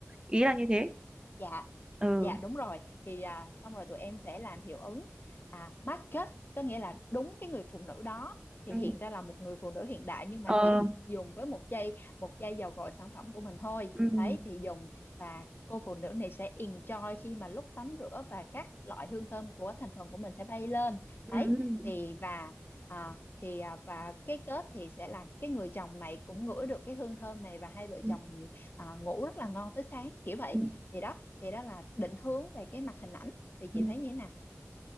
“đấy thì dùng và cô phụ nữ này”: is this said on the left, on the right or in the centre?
Left